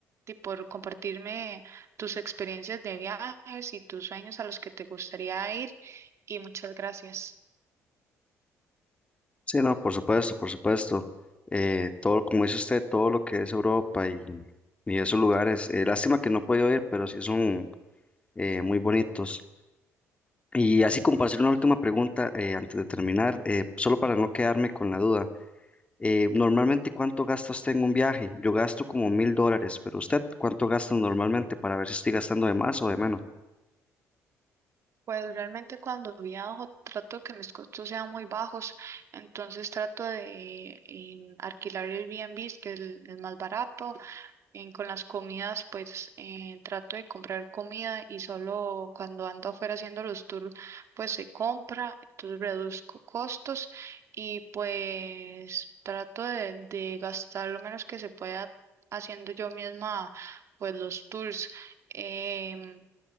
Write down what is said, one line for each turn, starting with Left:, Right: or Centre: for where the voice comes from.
Right: y por compartirme tus experiencias de viajes y tus sueños a los que te gustaría ir y muchas gracias.
Left: Sí, no, por supuesto, por supuesto. Eh, todo, como dice usted, todo lo que es Europa y, y esos lugares, eh, lástima que no he podido ir, pero sí son eh, muy bonitos. Y así como para hacer una última pregunta eh, antes de terminar, eh, solo para no quedarme con la duda, eh, normalmente ¿cuánto gasta usted en un viaje? Yo gasto como mil dólares, pero usted ¿cuánto gasta normalmente para ver si estoy gastando de más o de menos?
Right: Pues realmente cuando viajo trato que mis costos sean muy bajos, entonces trato de em, alquilar el Airbnb, que es el, el más barato. En- con las comidas, pues eh, trato de comprar comida y solo cuando ando afuera haciendo los tours, pues se compra, entonces reduzco costos y pues trato de, de gastar lo menos que se pueda haciendo yo misma pues los tours. Em,